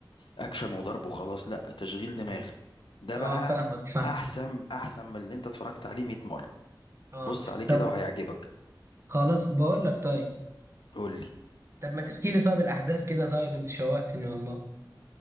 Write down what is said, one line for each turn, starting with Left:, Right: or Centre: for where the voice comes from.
Left: اكشن وضرب وخلاص لا تشغيل دماغ ده
Right: اه
Left: بقى
Right: فاهمك فاهم
Left: احسن احسن من اللي انت اتفرجت عليه 100 مرة
Right: اه
Left: بص عليه كده
Right: طب
Left: وهيعجبك
Right: خلاص بقول لك طيب
Left: قولي
Right: طب ما تحكي لي طيب الاحداث كده طيب انت شوقتني والله